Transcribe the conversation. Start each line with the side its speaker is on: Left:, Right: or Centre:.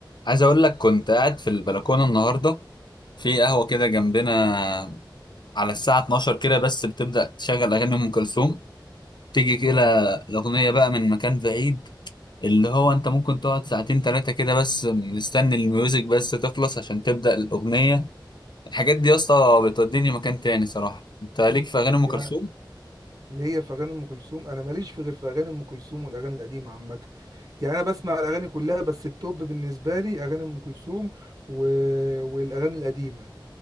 Left: عايز اقول لك كنت قاعد في البلكونه النهارده في قهوه كده جنبنا على الساعه 12 كده بس بتبدا تشغل اغاني ام كلثوم تيجي كده
Right: اه
Left: الاغنيه بقى من مكان بعيد اللي هو انت ممكن تقعد ساعتين ثلاثه كده بس مستني الميوزك بس تخلص عشان تبدا الاغنيه الحاجات دي يا اسطى بتوديني مكان تاني صراحه انت ليك في اغاني ام
Right: يعني
Left: كلثوم
Right: ليا في اغاني ام كلثوم انا ماليش في غير في اغاني ام كلثوم والاغاني القديمه عامه يعني انا بسمع الاغاني كلها بس التوب بالنسبه لي اغاني ام كلثوم و... والاغاني القديمه